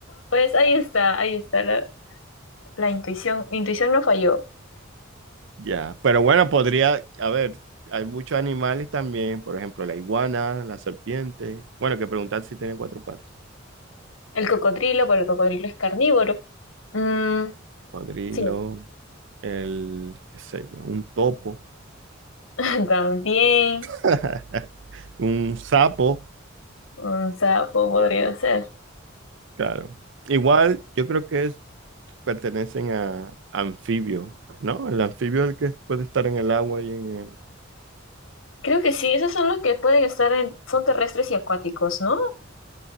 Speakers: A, on the left (about 80°); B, on the right (about 65°).
A: pues ahí está, ahí está la, la intuición. Mi intuición no falló.
B: ya. Pero bueno, podría, a ver, hay muchos animales también, por ejemplo, la iguana, la serpiente. Bueno, que preguntar si tienen cuatro patas.
A: El cocodrilo, pero el cocodrilo es carnívoro. Mm,
B: Cocodrilo,
A: sí,
B: el, qué sé yo, un topo,
A: <laughs> también
B: <laughs> un sapo,
A: un sapo podría ser.
B: claro. Igual, yo creo que es- pertenecen a anfibios, ¿no? El anfibio es el que puede estar en el agua y en el...
A: Creo que sí, esos son los que pueden estar en, son terrestres y acuáticos, ¿no?